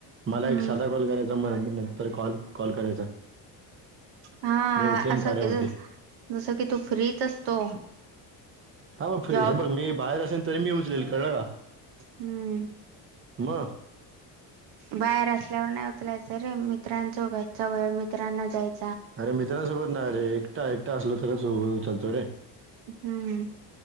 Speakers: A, on the right; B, on the right.
A: हम्म
B: मला एक साधा कॉल करायचा, म नंतर कॉल कॉल करायचा
A: हा
B: मी उचलेन
A: असं
B: कार्यावरती
A: की, जस की तू फ्रीच असतो.
B: हो, फ्री
A: जॉब
B: हे बघ मी बाहेर असेन तरी मी उचलेल कळलं का?
A: हम्म...
B: म,
A: बाहेर असल्यावर नाही उचलायचं रे, मित्रांसोबत चा वेळ मित्रांना द्यायचा.
B: अरे मित्रांसोबत नाही रे, एकटा, एकटा, असल तर उचलतो रे.
A: हम्म,